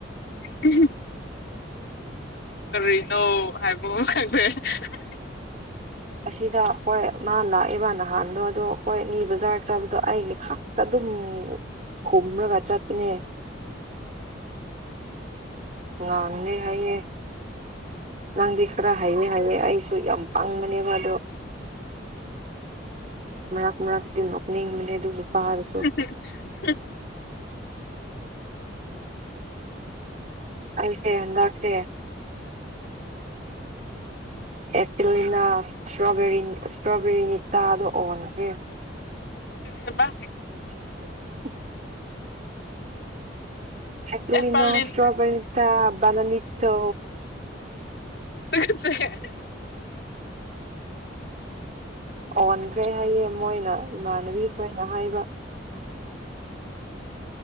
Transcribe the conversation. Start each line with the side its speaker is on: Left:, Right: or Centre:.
Left: ꯎꯝ <unintelligible> ꯀꯔꯤꯅꯣ ꯍꯥꯏꯕ ꯈꯪꯗꯦ <unintelligible>
Right: ꯑꯁꯤꯗ ꯍꯣꯏ ꯃꯥ ꯂꯥꯛꯏꯦꯕ ꯅꯍꯥꯟꯗꯣ ꯑꯗꯣ ꯍꯣꯏ ꯅꯤ ꯕꯖꯥꯔ ꯆꯥꯕꯗꯣ ꯑꯩꯗꯤ ꯑꯗꯨꯝ ꯈꯨꯝꯔꯒ ꯆꯠꯄꯅ‌ꯦ ꯉꯥꯡꯗꯦ ꯍꯥꯏꯌꯦ ꯅꯪꯗꯤ ꯈꯔ ꯍꯥꯏꯌ‌ꯦ ꯍꯥꯏꯌ‌ꯦ ꯑꯩꯁꯨ ꯌꯝ ꯄꯪꯕꯅ‌ꯦꯕ ꯑꯗ ꯃꯔꯛ ꯃꯔꯛꯇꯤ ꯅꫭꯛꯅꯤꯡꯕꯅ‌ꯦ ꯑꯗꯨ ꯅꯤꯄꯥ ꯗꯨꯁꯨ
Left: ꯎ <unintelligible>
Right: ꯑꯩꯁ‌‌ꯩ ꯍꯟꯗꯛꯁ‌ꯦ ꯑꯦꯄꯤꯂꯤꯅ ꯏꯁꯇ꯭ꯔꯣꯔꯤ ꯏꯁꯇ꯭ꯔꯣꯕꯦꯔꯤ ꯇꯥꯗꯣ ꯑꯣꯟꯈ꯭ꯔꯦ
Left: ꯀꯔꯤ ꯍꯥꯕ
Right: <unintelligible> ꯑꯦꯄꯂꯤꯅ
Left: ꯑꯦꯄꯜꯂꯤꯟ
Right: ꯁꯇ꯭ꯔꯣꯕꯦꯔꯤꯇꯥ ꯕꯅꯥꯅꯤꯇꫭ
Left: ꯦ <unintelligible>
Right: ꯑꯣꯟꯈ꯭ꯔꯦ ꯍꯥꯏꯌꯦ ꯃꯣꯏꯅ ꯏꯃꯥꯟꯅꯕꯤ ꯈꯣꯏꯅ ꯍꯥꯏꯕ